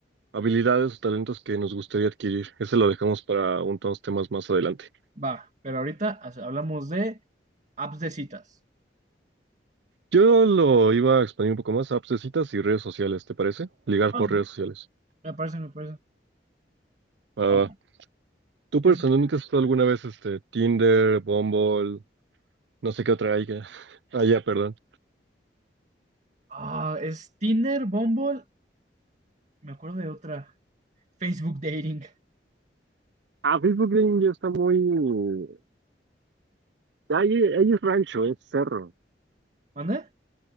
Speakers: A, on the right; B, on the right.
A: habilidades o talentos que nos gustaría adquirir. Ese lo dejamos para unos temas más adelante.
B: va. Pero ahorita ha- hablamos de apps de citas.
A: Yo lo iba a expandir un poco más a apps de citas y redes sociales, ¿te parece? Ligar
B: Va,
A: por redes sociales.
B: me parece, me parece.
A: Va,
B: Ahora,
A: va, va. ¿tú
B: ¿qué
A: personalmente
B: es?
A: has usado alguna vez este Tinder, Bumble, no sé qué otra haya? <laughs> Allá, perdón.
B: Ah, es Tinder, Bumble, me acuerdo de otra. Facebook Dating.
A: Ah, Facebook Dating ya está muy... Ahí, ahí es rancho, es cerro.
B: ¿Mande?